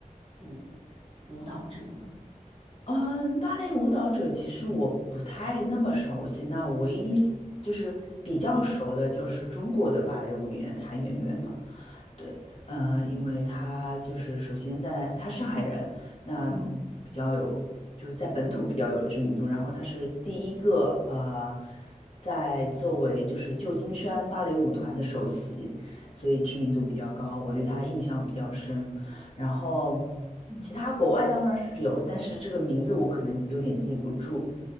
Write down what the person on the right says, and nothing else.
舞舞蹈者吗？
嗯
嗯